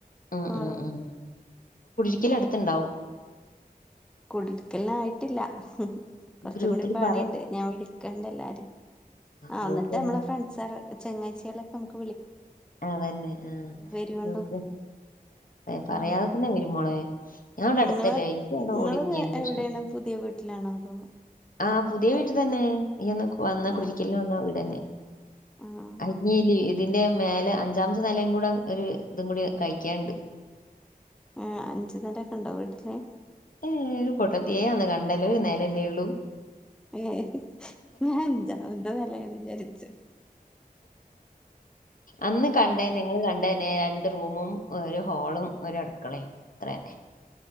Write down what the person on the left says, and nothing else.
ഉം,
ഉം, ഉം. <unintelligible> അടുത്തുണ്ടാവും
ഗ്രൂപ്പിൽ
പറ
ഗ്രൂപ്പിൽ
എന്നാ
അതന്നെ ആ
<unintelligible> പറയാതെ
തന്നെ വരും മോളെ ഞാൻ ഇവിടെ
അടുത്തല്ലേ എനിക്ക് അവിടെ
ഓടിത്തിയായിരുന്നു
പക്ഷെ
ആ പുതിയ
വീട്ടിൽ തന്നെ അന്ന് ഇയ്യ് അന്ന് വന്ന
കുടിട്ക്കൽന് വന്ന വീടന്നെ <unintelligible>
ഇതിന്റെ മേലെ അഞ്ചാമ്ത്തെ നെലേം കൂടെ ഒരു ഇതും കൂടി കൈകായ്ണ്ട്
ഏ ഒരു പൊട്ടത്തിയേ അന്ന് കണ്ടല്ലെ ഒരു നെലയല്ലെ ഒള്ളൂ
അന്ന് കണ്ടെന്നെ ഇങ്ങള് കണ്ടെനെ രണ്ട് റൂമും ഒരു ഹോളും ഒര് അട്ക്കളേം. അത്രേന്നെ.